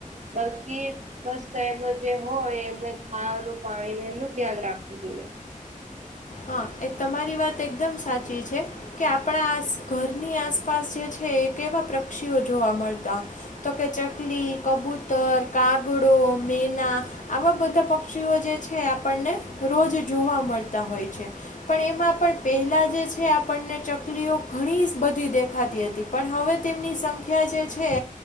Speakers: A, on the right (about 60°); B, on the left (about 65°).
A: બલકી. મસ્ત એનું જે હોય એમને ખાવાનું પાણીને એનું ધ્યાન રાખવું જોઈએ.
B: હા એ તમારી વાત એકદમ સાચી છે. કે આપણા આસ ઘરની આસપાસ જે છે એ કેવા પક્ષીઓ જોવા મળતા. તો કે ચકલી કબૂતર કાગડો મેના. આવા બધા પક્ષીઓ જે છે આપણને રોજ જોવા મળતા હોય છે. પણ એમાં પણ પહેલાં જે છે આપણને ચકલીઓ ઘણી બધી દેખાતી હતી. પણ હવે તેમની સંખ્યા જે છે.